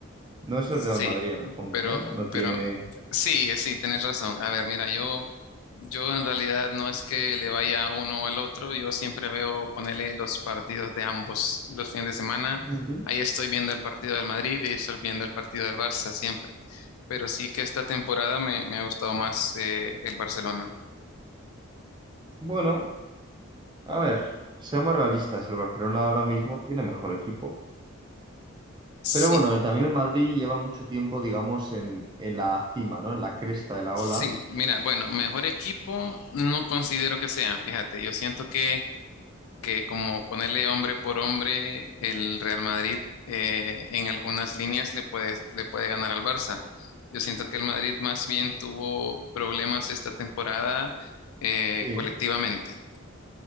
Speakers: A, on the right (about 20°); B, on the left (about 85°).
A: no es
B: Sí,
A: el Real Madrid en el fondo,
B: pero,
A: ¿no? No tiene...
B: pero sí, eh, sí, tienes razón. A ver, mira, yo, yo en realidad no es que le vaya uno al otro, yo siempre veo ponerle los partidos de ambos los fines de semana.
A: Ujú.
B: Ahí estoy viendo el partido del Madrid y ahí estoy viendo el partido del Barça siempre. Pero sí que esta temporada me, me ha gustado más eh, el Barcelona.
A: Bueno, a ver, seamos realistas, el Barcelona ahora mismo tiene mejor equipo.
B: Sí,
A: Pero bueno, el- también el Madrid lleva mucho tiempo, digamos, en, en la cima, ¿no? En la cresta de la
B: sí,
A: ola.
B: mira, bueno, mejor equipo no considero que sean, fíjate, yo siento que que como ponerle hombre por hombre, el Real Madrid eh, en algunas líneas le puede, le puede ganar al Barça. Yo siento que el Madrid más bien tuvo problemas esta temporada eh,
A: Sí.
B: colectivamente.